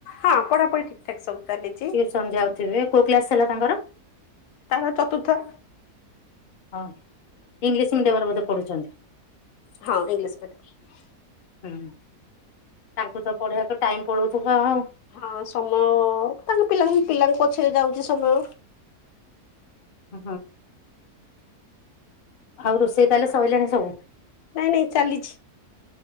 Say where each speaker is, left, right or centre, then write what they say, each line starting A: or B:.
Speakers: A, on the left; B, on the left.
A: ହଁ ପଢାପଢି ଠିକ୍ ଠାକ ସବୁ ଚାଲିଚି।
B: ଟ୍ୟୁସନ୍ ଯାଉଥିବେ। କୋଉ କ୍ଲାସ ହେଲା ତାଙ୍କର?
A: ତାର ଚତୁର୍ଥ।
B: ହଁ ଇଂଲିଶ ମିଡିୟମରେ ବୋଧେ ପଢୁଚନ୍ତି।
A: ହଁ ଇଂଲିଶ ମିଡିଅମରେ।
B: ହୁଁ ତାଙ୍କୁ ତ ପଢେଇବାକୁ ଟାଇମ ପଳୋଉଥୁବ ଆଉ।
A: ହଁ ସମୟ ତାଙ୍କ ପିଲାଙ୍କୁ ପିଲାଙ୍କ ପଛରେ ଯାଉଚି ସମୟ।
B: ହୁଁ। ଆଉ ରୋଷେଇ ତାହେଲେ ସଇଲାଣି ସବୁ।
A: ନାଇଁ ନାଇଁ ଚାଲିଛି।